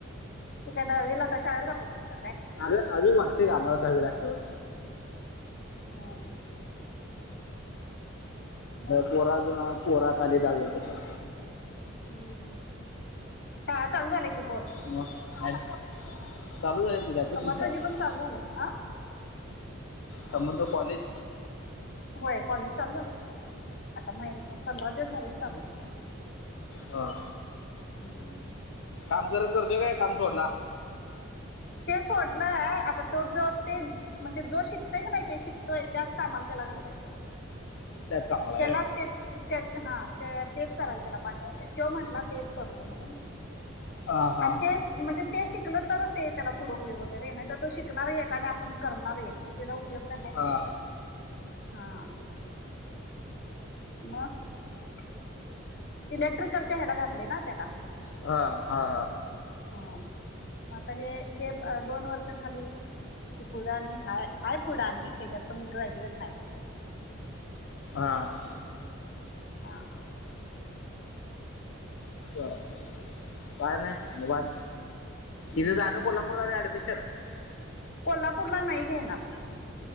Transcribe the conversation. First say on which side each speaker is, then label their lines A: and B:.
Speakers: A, on the left (about 50°); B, on the left (about 75°).
A: तू काय दहावीला आता शाळेला आता जातोस काय
B: आलोय अजून वाटतंयग आम्हाला दहावीला असल्यावर
A: हम्म मग
B: पोरं अजुन पोरं आता आलीत दहावी पतर
A: हम्म शाळा चालू झाल्या कि
B: मग काय? चालू झाले
A: अ
B: की जाते
A: समर्थची
B: की शाळेला
A: पण चालू झालय ह
B: समर्थ कॉलेज
A: होय कॉलेज चालू झालय कि आता महिना पंधरा दिवस झालंय कि चालू
B: हा.
A: हम्म.
B: काम करत करतो का काम सोडला.
A: ते सोडलंय आता तो जो ते म्हणजे जो शिकतय की नाही ते शिकतोय त्याच कामाला त्याला घ घलायचं.
B: त्याच कामाला आहे
A: त्याला त्या हा त्या तेच करायला त्याला पाठवायचं तो म्हटला तेच करतो म्हणून
B: हा हा
A: आणि तेच म्हणजे ते शिकलं तरच ते त्याला पुढे उपयोग होत रे नाही तर तो शिकणार आहे आणि आपण करणार एक मग त्याचा उपयोग काय आहे
B: हा हा.
A: हा. मग इलेक्ट्रिकलच्या ह्याला घातले ना त्याला
B: हा हा हा.
A: हो मता हे हे दोन वर्ष झाली. त पुढा आणि हा आहेय पुढानी हच्यात पण मी ग्रॅज्युएट आहे
B: हा
A: हा
B: का नाही
A: मग
B: इथ झालं कोल्हापूरला अऍडमिशन ठ
A: कोल्हापूरला नाही घेणार